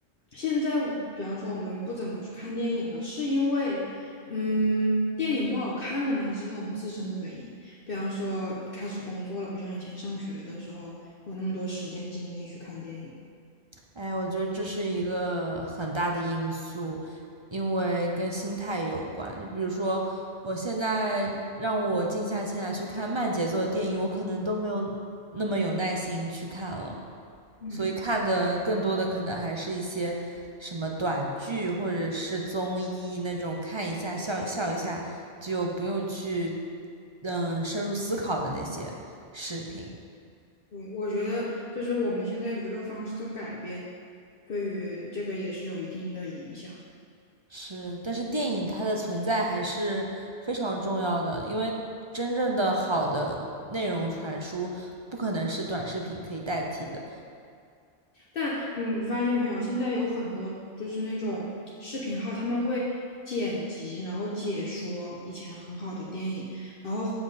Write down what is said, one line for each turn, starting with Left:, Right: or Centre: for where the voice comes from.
Left: 现在我比方说我们不怎么去看电影了，是因为嗯电影不好看了呢，还是因为我们自身的原因？比方说开始工作了，不像以前上学的时候有那么多时间精力去看电影。
Right: 哎，我觉得这是一个很大的因素，因为跟心态有关。就比如说，我现在让我静下心来去看慢节奏的电影，我可能都没有那么有耐心去看了，
Left: 嗯，
Right: 所以看的更多的可能还是一些什么短剧或者是综艺那种，看一下笑笑一下，就不用去嗯深入思考的那些视频。
Left: 对，我觉得就是我们现在娱乐方式的改变，对于这个也是有一定的影响。
Right: 是，但是电影它的存在还是非常重要的，因为真正的好的内容传输不可能是短视频可以代替的。
Left: 但你发现没有，现在有很多就是那种视频号，他们会剪辑，然后解说以前很好的电影，然后